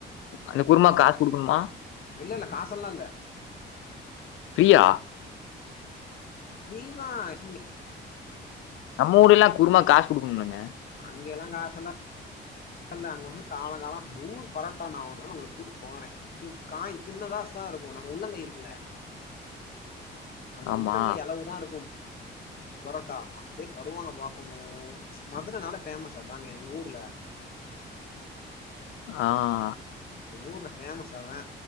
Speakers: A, on the left; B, on the left.
A: அந்த குருமாக் காஸ் குடுக்குண்மா
B: ஐயோ இல்ல காஸெல்லா இல்ல
A: ஃப்ரீயா
B: ஃப்ரிதா ஆக்சுலி
A: நம்ம ஊரில்லா குருமாக் காஸ் குடுக்குணும்ளங்க
B: அங்கேலா காசெல்லா இல்ல அங்க வந்து காலோ காலோ அந்த ஊர் பரோட்டா நா ஒரு நாளு கூட் உங்கள கூட்டு போறே சின் காய் சின்னதாஸ்தா இருக்கு நம்ம உள்ளங்கை இருக்குல நம்ம
A: ஆமா
B: உள்ளங்கை அளவுதா இருக்கும் பொரோட்டா அப்டியே தருவாங்க பாக்கணு மதுரனாலே ஃபேமஸ் அதாங்க எங்க ஊர்ல
A: ஆ
B: எங்க ஊர்ல ஃபேமஸ் அதா